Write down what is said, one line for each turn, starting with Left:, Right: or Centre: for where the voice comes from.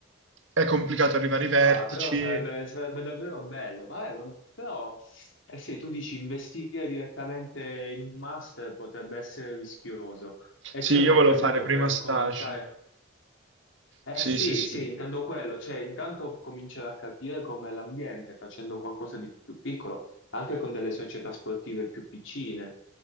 Right: È complicato arrivare ai vertici.
Left: Ah, però sarebbe, sarebbe davvero bello, ma- eh, ma- però eh sì, tu dici investire direttamente in un master potrebbe essere rischioso e
Right: Sì,
Left: c'è
Right: io
Left: qualche
Right: volevo
Left: modo
Right: fare prima
Left: per
Right: stage.
Left: cominciare? Eh
Right: Sì,
Left: sì,
Right: sì, sì.
Left: sì, intendo quello, cioè intanto cominciare a capire com'è l'ambiente facendo qualcosa di più piccolo, anche con delle società sportive più piccine.